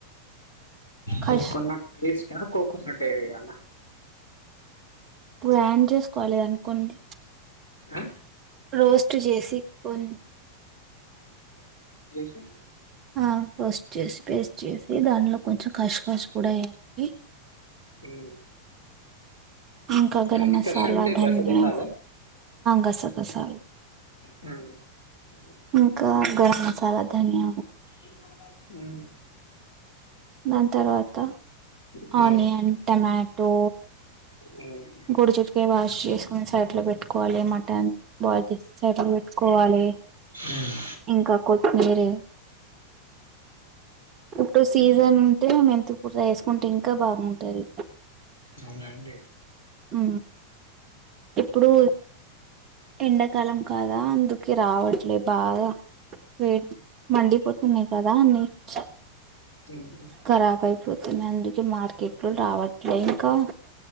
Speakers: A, on the right (about 30°); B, on the left (about 80°).
A: కష్
B: కోకోనట్ పేస్ట కోకోనట్ ఏ యాల
A: ఇప్పుడు యాడ్ చేసుకోవాలె అనుకోండి
B: అ
A: రోస్ట్ చేసి కొన్
B: ద్య
A: ఆ రోస్ట్ చేసి పేస్ట్ చేసి దానిలో కొంచెం కష్ కష్ కూడ వేయండి
B: మ్మ్
A: ఇంక గరం
B: కష్కష
A: మసాల
B: అంటే
A: ధనియ
B: గసగసాలా
A: గసగసాలు
B: ఉ
A: ఇంక గరం మసాల ధన్య
B: మ్
A: దాన్ తర్వాత
B: మ్మ్
A: ఆనియన్ టమాటో
B: మ్మ్
A: గుడి చుట్టుకే వాష్ చేసుకొని సైడ్ లో పెట్టుకోవాలి మాటన్ బాచే తీస్ సైడ్ లో పెట్టుకోవాలి
B: మ్మ్ మ్మ్
A: ఇంకా కోతి మీర్ పుట్టు సీజన్ టే మెంతీ కూర చేసుంటే ఇంకా బాగుంటది.
B: అవునా అండి
A: ఊ ఇప్పుడు ఎండాకాలం కదా అందుకే రావట్లే బాగా వే మండిపో ఉన్నాయ్ కదా అని చా
B: ఉ
A: కరాబ్ అయిపోతుంది అందుకే మార్కెట్లో రావట్లేదు ఇంకా